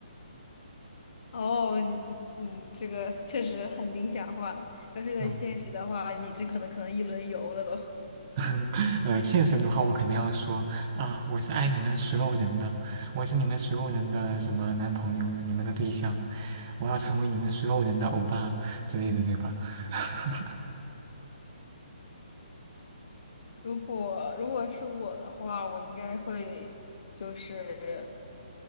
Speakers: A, on the left; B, on the right.
A: 哦，你你这个确实很理想化。要是在现实的话，
B: 嗯。
A: 你这可能可能一轮游了都。
B: <laughs> 呃，现实的话，我肯定要说啊，我是爱你们所有人的，我是你们所有人的什么男朋友，你们的对象，我要成为你们所有人的欧巴之类的，对吧？<laughs>
A: 如果如果是我的话，我应该会就是。